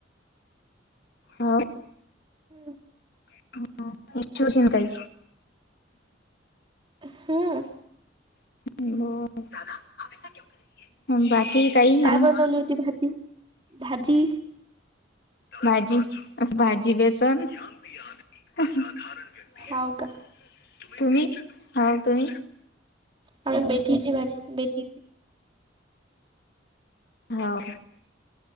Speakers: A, on the left; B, on the right.
A: हो!
B: हम <unintelligible>
A: <unintelligible> काही
B: हाम्म!
A: <inaudible> <unintelligible>
B: काय
A: अजून
B: बनवली होती भाजी? भाजी
A: भाजी भाजी बेसन अहं! <unintelligible>
B: हाव का
A: तुम्ही, हो ओ तुम्ही?
B: अर मेथीची भाजी. मेथीची
A: होओ!